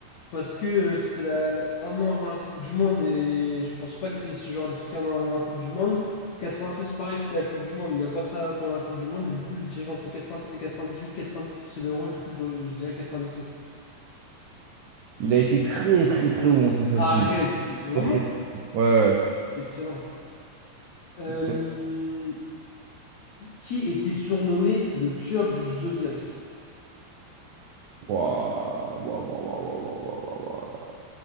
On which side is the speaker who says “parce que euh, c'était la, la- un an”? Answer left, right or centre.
Left